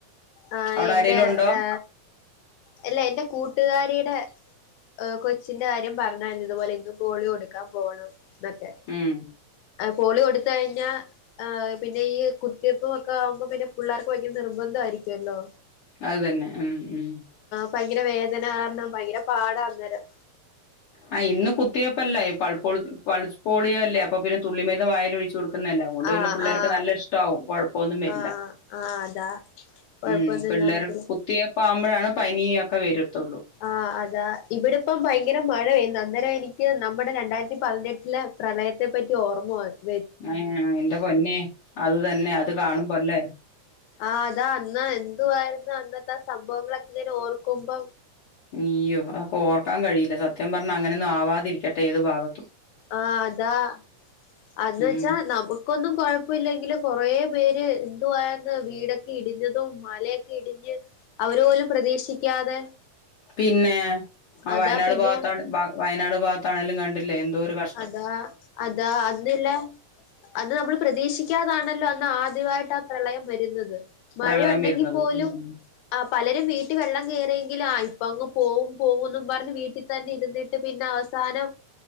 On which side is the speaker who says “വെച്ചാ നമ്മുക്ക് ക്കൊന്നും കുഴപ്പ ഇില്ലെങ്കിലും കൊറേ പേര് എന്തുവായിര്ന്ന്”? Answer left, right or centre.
Left